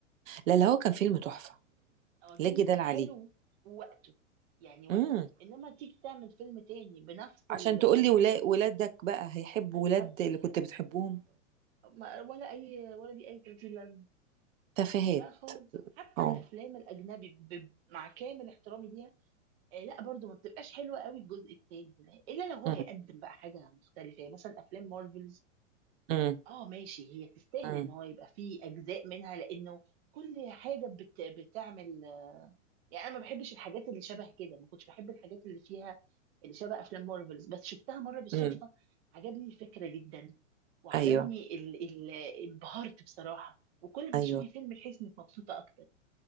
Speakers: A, on the right (about 75°); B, on the right (about 50°).
A: لا لا هو كان فيلم تحفة
B: هو الفيلم
A: لا جدال
B: كان
A: عليه
B: حلو ووقته يعني وقته
A: امم
B: انما تيجي تعمل فيلم تاني بنفس ال
A: عشان تقول لي ولا... ولادك بقى هيحبوا
B: أي
A: ولاد
B: ه-
A: اللي كنت بتحبهم
B: ما- ولا اي ولا دي اي 30 لازمه
A: تفاهات
B: لا خالص حتى
A: اه
B: الافلام الاجنبي ب... مع كامل احترامي ليها آه، لا برضو ما بتبقاش حلوه قوي الجزء التاني لا، الا لو هو
A: امم
B: هيقدم بقى حاجه مختلفه يعني مثلا افلام مارفلز
A: امم
B: اه ماشي هي تستاهل
A: امم
B: ان هو يبقى فيه اجزاء منها لانه كل حاجه بت... بتعمل يعني انا ما بحبش الحاجات اللي شبه كده ما كنتش بحب الحاجات اللي فيها اللي شبه افلام مارفلز بس شفتها مره بالصدفه
A: امم
B: عجبني الفكره جدا وعجبني
A: ايوه
B: ال... ال... انبهرت بصراحه وكل ما
A: ايوه
B: تشوفي فيلم تحسي انك مبسوطه اكتر